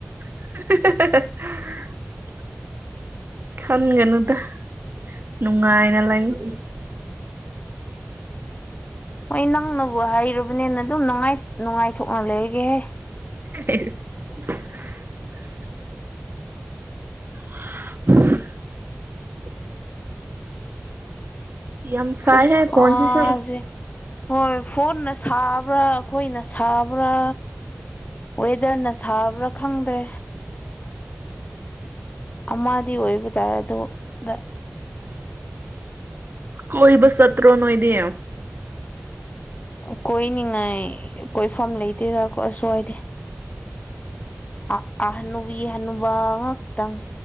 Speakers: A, on the right; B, on the left.
A: <unintelligible> ꯈꯟꯒꯅꯨꯗ ꯅꯨꯡꯉꯥꯏꯅ ꯂꯩꯎ
B: ꯍꯣꯏ ꯅꯪꯅꯕꯨ ꯍꯥꯏꯔꯕꯅꯦꯅ ꯑꯗꯨꯝ ꯅꯨꯡꯉꯥꯏ ꯅꯨꯡꯉꯥꯏꯊꯣꯛꯅ ꯂꯩꯔꯒꯦꯍꯦ
A: <unintelligible> <inaudible> ꯌꯥꯝ ꯁꯥꯏꯍꯦ
B: ꯈꯨꯁꯁꯥꯖꯦ
A: ꯐꯣꯟꯁꯤꯁꯨ
B: ꯍꯣꯏ ꯐꯣꯟꯅ ꯁꯥꯕ꯭ꯔꯥ ꯑꯩꯈꯣꯏꯅ ꯁꯥꯕ꯭ꯔꯥ ꯋꯦꯗꯔꯅ ꯁꯥꯕ꯭ꯔꯥ ꯈꯪꯗꯦ ꯑꯃꯗꯤ ꯑꯣꯏꯕꯗꯥꯏ ꯑꯗꯨꯗ
A: ꯀꯣꯏꯕ ꯆꯠꯇ꯭ꯔꯣ ꯅꯣꯏꯗꯤ
B: ꯑꯥ ꯀꯣꯏꯅꯤꯡꯉꯥꯏ ꯀꯣꯏꯐꯝ ꯂꯩꯇꯦꯗ ꯑꯈꯣꯏ ꯁ꯭ꯋꯥꯏꯗꯤ ꯑꯥ ꯑꯥ ꯍꯅꯨꯕꯤꯒꯤ ꯍꯅꯨꯕꯥ ꯉꯛꯇꯪ